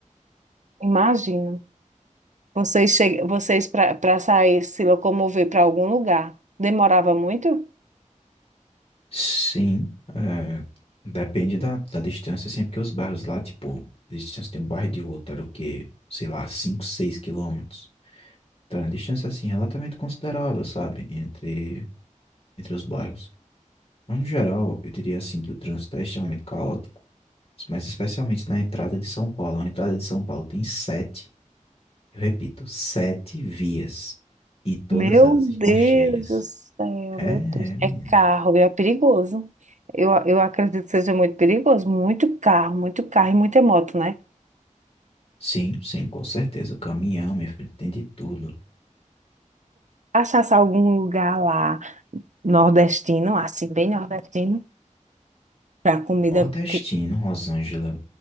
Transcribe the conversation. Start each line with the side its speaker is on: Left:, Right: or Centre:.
Right: Imagino. Vocês, che... Vocês para sair, se locomover para algum lugar, demorava muito?
Left: Sim, é, depende da, da distância, assim, porque os bairros lá, tipo, a distância de um bairro e de outro era o quê? Sei lá, 5, 6 quilômetros. Tá uma distância, assim, relativamente considerável, sabe? Entre, entre os bairros. Mas, no geral, eu diria, assim, que o trânsito é extremamente caótico, mas especialmente na entrada de São Paulo. A entrada de São Paulo tem sete, eu repito, sete vias. E todas
Right: Meu
Left: elas
Right: Deus
Left: estão cheias.
Right: do céu,
Left: É,
Right: meu Deus.
Left: é, menina.
Right: É carro, é perigoso. Eu, eu acredito que seja muito perigoso. Muito carro, muito carro e muita moto, né?
Left: Sim, sim, com certeza. Caminhão, minha filha, tem de tudo.
Right: Achasse algum lugar lá nordestino, assim, bem nordestino, para comida.
Left: Nordestino,
Right: que-
Left: Rosângela.